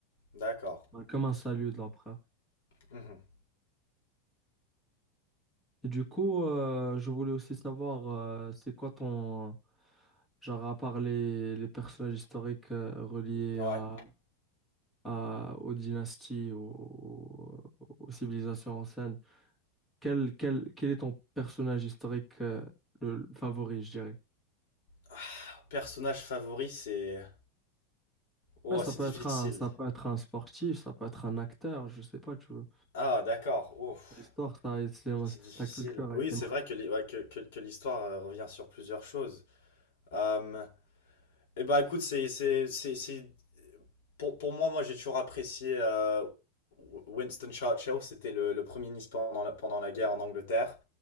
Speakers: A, on the left; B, in the centre.
A: D'accord.
B: bah, comme un salut de l'empereur.
A: Mhm.
B: Et du coup, euh, je voulais aussi savoir, euh, c'est quoi ton genre à part les, les personnages historiques euh, reliés
A: Ouais.
B: à, à- aux dynasties, aux, aux civilisations anciennes. Quel, quel, quel est ton personnage historique euh, le, le favori, je dirais?
A: Ah, personnage favori, c'est... Oh,
B: Ah, ça
A: c'est
B: peut
A: difficile.
B: être un, ça peut être un sportif, ça peut être un acteur, je sais pas, tu veux.
A: Ah, d'accord. Ouf.
B: L'histoire, ça, a- c'est-
A: C'est difficile.
B: la culture
A: Oui,
B: a été
A: c'est
B: marquée.
A: vrai que, l'hi- ouais, que, que- que l'histoire euh, revient sur plusieurs choses. Hum, Eh ben écoute, c'est c'est c'est c'est pour pour moi, moi j'ai toujours apprécié euh, Winston Churchill. C'était le, le premier ministre pendant la, pendant la guerre en Angleterre.